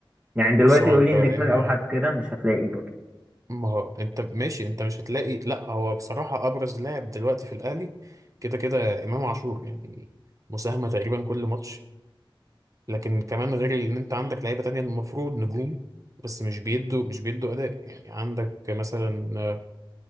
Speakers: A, on the right (about 15°); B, on the right (about 35°).
A: يعني
B: بص
A: دلوقتي
B: هو
A: قولي
B: أنت
A: النجم
B: يعني
A: الاوحد كده مش هتلاقي برضه
B: ما هو أنت ماشي أنت مش هتلاقي لأ هو بصراحة أبرز لاعب دلوقتي في الأهلي كده كده إمام عاشور يعني مساهمة تقريبا كل ماتش لكن كمان غير إن أنت عندك لعيبة تانية المفروض نجوم بس مش بيدوا مش بيدوا أداء يعني عندك مثلا